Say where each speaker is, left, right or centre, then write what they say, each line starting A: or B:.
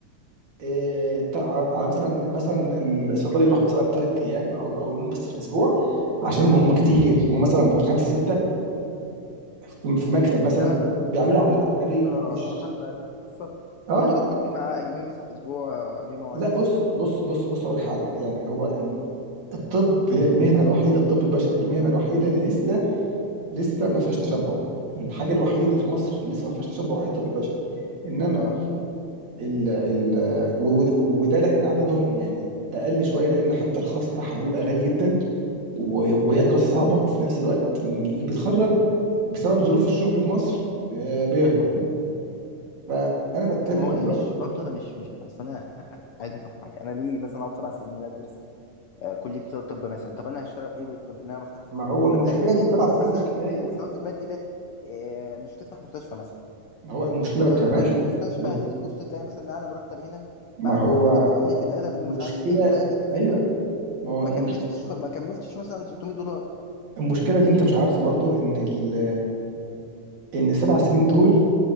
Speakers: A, on the right (about 60°); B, on the left (about 80°).
A: إيه، تع- على مثلا مثلا الصيدلي يروح مثلا ثلاث ايام او او يومين بس في الاسبوع عشان هم كتير هم مثلا خمسه سته في في مكتب مثلا
B: فعلا حتى
A: بيعملوا
B: العيادات
A: اعمال مكتبيه
B: الخاصة
A: مش
B: حتى العيادات الخاصة
A: اه
B: كل دكتور ليه معاه يومين مثلا في الأسبوع آه، ليه مواعيد
A: لا بص
B: بيروح
A: بص
B: فيها.
A: بص بص على حاجه يعني هو ال- الطب هي المهنه الوحيده الطب البشري هي المهنه الوحيده اللي لسه لسه ما فيهاش تشبع الحاجه الوحيده في مصر اللي لسه ما فيهاش تشبع هي الطب البشري انما
B: اه
A: ال ال و- و- وده لان عددهم يعني اقل شويه لان حتى الخاص بتاعها بيبقى غالي جدا و- وهي دراسة صعبة وفي نفس الوقت اللي بيتخرج بسبب ظروف الشغل في مصر آه، بيهرب فأنا بتكلم
B: ما هو انا
A: دلوقتي
B: مش برضه انا مش مش اصل انا عايز افهم حاجه انا ليه مثلا اقعد سبع سنين هنا ادرس آه، كليه طب مثلا طب انا هشتغل ايه بالطب ان انا ما فتحت
A: ما
B: طب
A: هو
B: دي
A: المشكلة
B: ما انت اكيد
A: إن
B: انت
A: السبع سنين
B: مثلا
A: مش كفاية
B: في مستواك المادي ده آه، مش هتفتح مستشفى مثلا
A: ما هو المشكلة
B: ولو
A: كمان
B: اشتغلت في مستشفى
A: بص،
B: هتيجي تبص تلاقي مثلا إن اعلى مرتب هنا
A: ما
B: بعد
A: هو
B: الزيادات وقله الادب
A: المشكلة
B: ومش عارف ايه 30000
A: أيوه
B: جنيه
A: ما هو
B: ما
A: المشكلة
B: كملتش ما كملتش مثلا 600 دولار
A: المشكلة اللي أنت مش عارفه برضو إن ال إن السبع سنين دول